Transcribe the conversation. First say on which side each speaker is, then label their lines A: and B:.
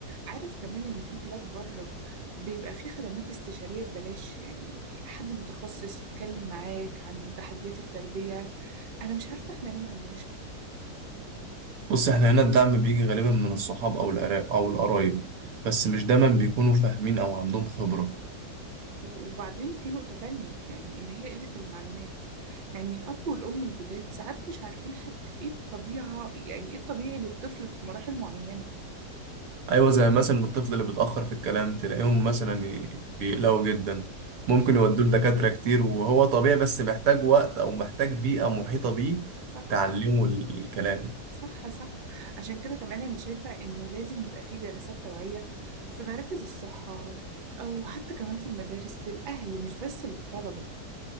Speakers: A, on the right; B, on the right.
A: عارف كمان إن في بلاد بره بيبقى في خدمات استشارية ببلاش يعني حد متخصص يتكلم معاك عن تحديات التربية أنا مش عارفة إحنا ليه ما عندناش كده
B: بص احنا هنا الدعم بيجي غالبا من الصحاب او العراق او القرايب بس مش دايما بيكونوا فاهمين او عندهم خبرة
A: و- وبعدين في نقطة تانية يعني اللي هي قلة المعلومات يعني الأب والأم الجداد ساعات مش عارفين حتى إيه الطبيعة يعني إيه الطبيعي للطفل في مراحل معينة
B: ايوه زي مثلا الطفل اللي بيتأخر في الكلام تلاقيهم مثلا ي- بيقلقوا جدا
A: اه
B: ممكن يودوه لدكاترة كتير وهو طبيعي بس محتاج وقت او محتاج بيئة محيطة بيه
A: صح
B: تعلمه ال- الكلام
A: صح صح عشان كده كمان أنا شايفة إنه لازم يبقى في جلسات توعية في مراكز الصحة أو حتى كمان في المدارس للأهل مش بس للطلبة